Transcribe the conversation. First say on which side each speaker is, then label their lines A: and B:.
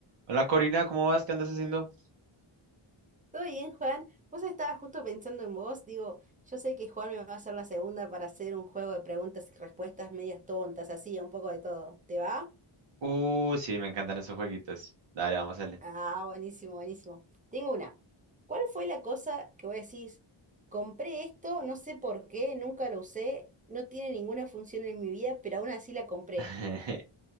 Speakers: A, on the right; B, on the right.
A: Hola Corina, ¿cómo vas? ¿Qué andas haciendo?
B: Todo bien, Juan. Vos estaba justo pensando en vos. Digo, yo sé que Juan me va a hacer la segunda para hacer un juego de preguntas y respuestas medias tontas, así, un poco de todo. ¿Te va?
A: Uh, sí, me encantan esos jueguitos. Dale, vamos a darle.
B: Ah, buenísimo, buenísimo. Tengo una. ¿Cuál fue la cosa que vos decís? Compré esto, no sé por qué, nunca lo usé, no tiene ninguna función en mi vida, pero aún así la compré.
A: <laughs>